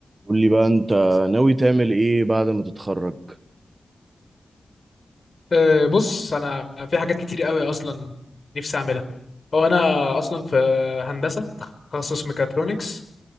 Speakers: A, on the right; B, on the left.
A: قول لي بقى انت ناوي تعمل ايه بعد ما تتخرج
B: أه، بص انا في حاجات كتير قوي اصلا نفسي اعملها هو انا اصلا في هندسه تخصص ميكاترونكس